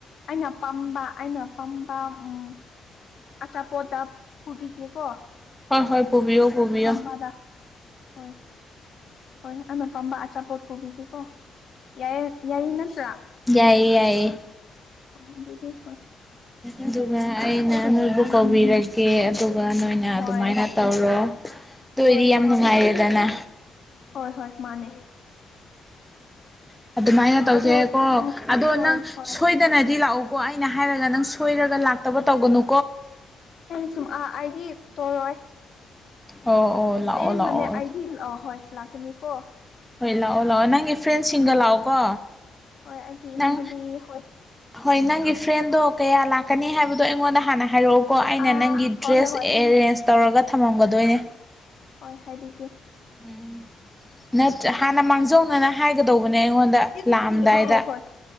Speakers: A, on the left; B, in the centre.
A: ꯑꯩꯅ ꯄꯥꯝꯕ ꯑꯩꯅ ꯄꯥꯝꯕ ꯎꯝ ꯑꯆꯥ ꯄꯣꯇꯥ ꯄꯨꯕꯤ ꯀꯀꯣ
B: ꯍꯣꯏ ꯍꯣꯏ ꯄꯨꯕꯤꯌꯣ ꯄꯨꯕꯤꯌꯣ
A: ꯑ ꯄꯃꯥꯗ ꯍꯣꯏ ꯍꯣꯏ ꯑꯗꯨꯅꯄꯥꯥꯝꯕ ꯑꯆꯥꯄꯣꯠ ꯄꯨꯕꯤꯒꯦꯀꯣ ꯌꯥꯌꯦ ꯌꯥꯏꯌꯦ ꯅꯠꯇ꯭ꯔꯥ
B: ꯌꯥꯏꯌꯦ ꯌꯥꯏꯌꯦ
A: ꯑꯣ ꯑꯗꯨꯗꯤ ꯍꯣꯏ
B: ꯑꯗꯨꯒ ꯑꯩꯅ ꯅꯣꯏꯕꯨ
A: ꯎꯝ
B: ꯀꯧꯕꯤꯔꯒꯦ
A: ꯎꯝ
B: ꯑꯗꯨꯒ ꯅꯣꯏꯅ ꯑꯗꯨꯃꯥꯏꯅ
A: ꯍꯣꯏ
B: ꯇꯧꯔꯣ ꯇ ꯑꯣꯏꯗꯤ
A: ꯍꯣꯏ
B: ꯌꯥꯝ
A: ꯍꯣꯏ
B: ꯅꯨꯡꯉꯥꯏꯔꯦꯗꯅ
A: ꯍꯣꯏ ꯍꯣꯏ ꯃꯥꯅꯦ
B: <inaudible> ꯑꯗꯨꯃꯥꯏꯅ ꯇꯧꯖꯩꯀꯣ
A: ꯑꯗꯨ ꯎꯝ
B: ꯑꯗꯣ
A: ꯍꯣꯏ
B: ꯅꯪ
A: ꯍꯣꯏ
B: ꯁꯣꯏꯗꯅꯗꯤ ꯂꯥꯛꯎꯀꯣ ꯑꯩꯅ ꯍꯥꯏꯔꯒ ꯅꯪ ꯁꯣꯏꯔꯒ ꯂꯥꯛꯇꯕ ꯇꯧꯒꯅꯨ
A: ꯑꯩ ꯁꯨꯝ ꯑꯥ ꯑꯩꯗꯤ ꯇꯧꯔꯣꯏ
B: ꯑꯣ ꯑꯣ
A: ꯑꯁꯦ
B: ꯂꯥꯛꯑꯣ ꯂꯥꯛꯑꯣ
A: ꯃꯅꯦ ꯑꯩꯗꯤ ꯑ ꯍꯣꯏ ꯂꯥꯛꯀꯅꯤ ꯀꯣ
B: ꯍꯣꯏ ꯂꯥꯛꯑꯣ ꯂꯥꯛꯑꯣ ꯅꯪꯒꯤ ꯐ꯭ꯔꯦꯟꯁꯤꯡꯒ ꯂꯥꯛꯑꯣꯀꯣ
A: ꯍꯣꯏ ꯑꯩꯒꯤ ꯏꯃꯥꯟꯅꯨꯕꯤ
B: ꯅꯪ
A: ꯍꯣꯏ
B: ꯍꯣꯏ ꯅꯪꯒꯤ ꯐ꯭ꯔꯦꯟꯗꯣ ꯀꯌꯥ ꯂꯥꯛꯀꯅꯤ ꯍꯥꯏꯕꯗꯣ ꯑꯩꯉꯣꯟꯗ ꯍꯥꯟꯅ ꯍꯥꯏꯔꯛꯎꯀꯣ ꯑꯩꯅ
A: ꯑꯥ
B: ꯅꯪꯒꯤ ꯗ꯭ꯔꯦꯁ
A: ꯍꯣꯏ ꯍꯣꯏ ꯍꯣꯏ
B: ꯑꯦꯔꯦꯟꯖ ꯇꯧꯔꯒ ꯊꯝꯃꯝꯒꯗꯣꯏꯅꯦ
A: ꯍꯣꯏ ꯍꯥꯏꯕꯤꯒꯦ
B: ꯎꯝ ꯅꯠꯇ꯭ꯔ ꯍꯥꯟꯅ ꯃꯥꯡꯖꯧꯅꯅ ꯍꯥꯏꯒꯗꯧꯕꯅꯦ
A: ꯍꯣꯏ
B: ꯑꯩꯉꯣꯟꯗ ꯂꯥꯛꯑꯝꯗꯥꯏꯗ
A: ꯍꯣꯏ